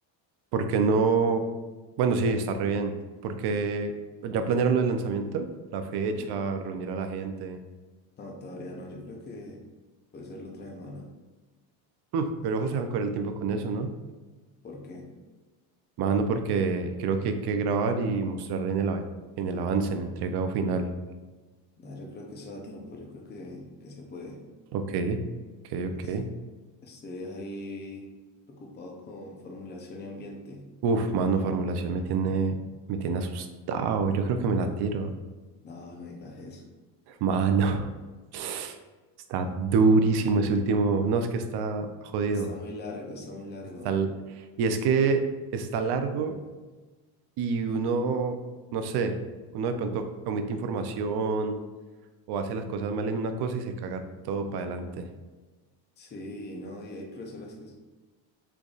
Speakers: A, on the right; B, on the left.
A: ¿Por qué no? Bueno, sí, está re bien. Porque ya planearon lo del lanzamiento, la fecha,
B: Mm,
A: reunir a la gente.
B: No, todavía no, yo creo que puede ser la otra semana,
A: Hmm, pero ojo, se van a el tiempo con eso, ¿no?
B: porque
A: Mano, porque creo que hay que grabar y mostrar en el, av- en el avance, en el entregado final.
B: no, yo creo que eso da tiempo, yo creo que, que se puede.
A: Ok, ok, ok.
B: Es- Estoy ahí preocupado con formulación y ambiente.
A: Uf, mano, formulación me tiene, me tiene asustado. Yo creo que me la tiro.
B: No, no digas eso.
A: <laughs> Mano, <sighs> está durísimo ese último. No, es que está jodido.
B: Está muy largo, está muy largo.
A: Está l- y es que está largo y uno, no sé, uno de pronto omite información o hace las cosas mal en una cosa y se caga todo para adelante.
B: Sí, no, y hay profesoras que